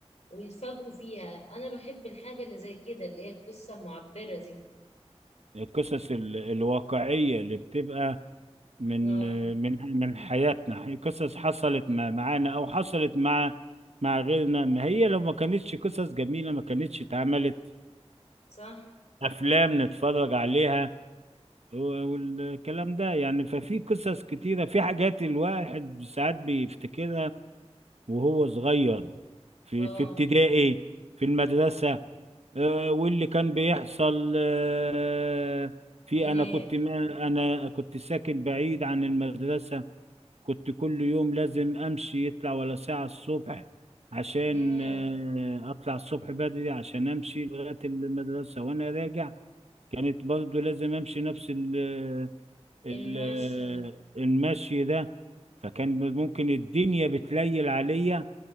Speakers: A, on the left; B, on the right.
A: ويتفاجئوا فيها انا بحب الحاجه اللي زي كده اللي هي القصه المعبره دي
B: القصص ال... الواقعيه اللي بتبقى من
A: اه
B: من من حياتنا قصص حصلت مع... معانا او حصلت مع مع غيرنا ما هي لو ما كانتش قصص جميله ما كانتش اتعملت
A: صح
B: افلام نتفرج عليها و- والكلام ده يعني ففي قصص كتيره في حاجات الواحد ساعات بيفتكرها وهو صغير في
A: اه
B: في ابتدائي في المدرسة آه، واللي كان بيحصل آه، في
A: هناك
B: أنا كنت ما أنا كنت ساكن بعيد عن المدرسة كنت كل يوم لازم أمشي يطلع ولا ساعة الصبح عشان
A: ياه
B: آه، أطلع الصبح بدري عشان أمشي لغاية المدرسة وأنا راجع كانت برضو لازم أمشي نفس ال ال
A: الماشيه
B: المشي ده فكان ممكن الدنيا بتليل عليا